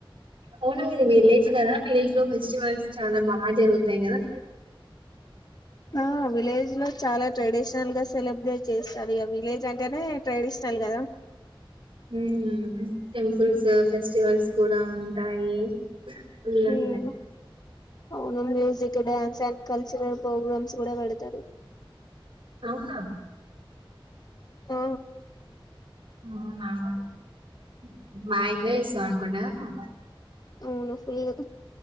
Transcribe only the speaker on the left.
ఆ విలేజ్ లో చాలా ట్రెడిషనల్ గా సెలబ్రేట్ చేస్ విలేజ్ అం ఇకనే ట్రెడిషనల్ కదా
మ్మ్మ్
అవును music dance and cultural programmes కూడా పెడతారు
ఆ
అవును ఫుల్